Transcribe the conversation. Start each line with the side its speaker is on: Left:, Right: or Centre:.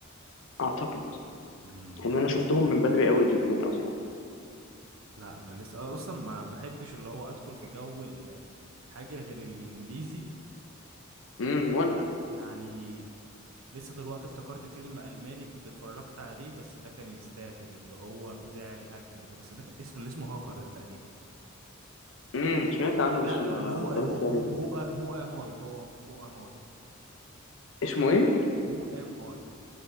Left: اعتقد
Right: امم
Left: ان انا شفتهم من بدري قوي الاتنين اصلا
Right: لا انا لسه أنا اصلا ما بحبش اللي هو ادخل في جو ال- حاجة غير الانجليزي
Left: امم وانا
Right: يع- يعني لسه دلوقتي افتكرت فيلم الماني كنت اتفرجت عليه بس ده كان يستاهل اللي هو بتاع الهاكينج ده بس ده كان اسمه اللي اسمه هاكر ده تقريبا
Left: امم سمعت عنه
Right: لا
Left: بس
Right: لا
Left: ما
Right: اللي هو
Left: ما اتفرجتش
Right: هو
Left: عليه
Right: هو هو ام اي هو هو ام اي
Left: اسمه ايه
Right: هو ام اي